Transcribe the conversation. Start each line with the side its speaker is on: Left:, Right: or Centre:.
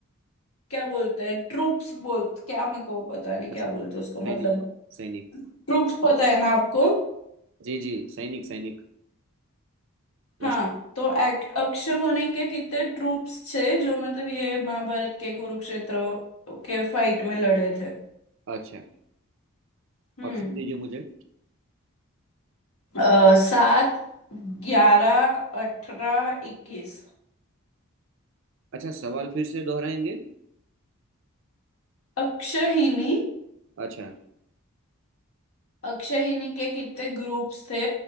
Left: क्या बोलते हैं ट्रूप्स बोल क्या मेरे को पता नहीं क्या
Right: अच्छा
Left: बोलते हैं उसको मतलब
Right: सैनिक सैनिक
Left: ट्रूप्स पता है ना आपको
Right: जी जी सैनिक सैनिक
Left: हाँ
Right: लश्कर
Left: तो एक- अक्षर होने के कितने ट्रूप्स थे जो मतलब ये महाभारत के कुरुक्षेत्र के फाइट में लड़े थे
Right: अच्छा
Left: हम्म
Right: ऑप्शन दीजिए मुझे
Left: अ, सात ग्यारह अठारह इक्कीस
Right: अच्छा सवाल फिर से दोहराएंगे
Left: अक्षहिनी
Right: अच्छा
Left: अक्षहिनी के कितने ग्रुप्स थे